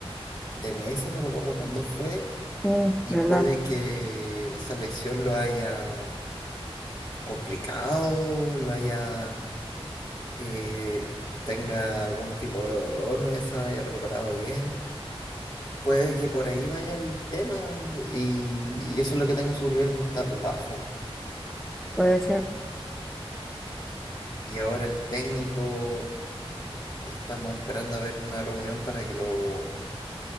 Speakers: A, on the left (about 45°); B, in the centre.
A: de meses, no recuerdo cuándo fue,
B: mm,
A: y
B: ¿verdad?
A: puede que esa lesión lo haya complicado, lo haya, eh, tenga algún tipo de dolor, no ya se haya recuperado bien. Puede que por ahí vaya el tema y, y eso es lo que tenga su nivel tan bajo.
B: Puede ser.
A: Y ahora el técnico, estamos esperando a ver una reunión para que lo,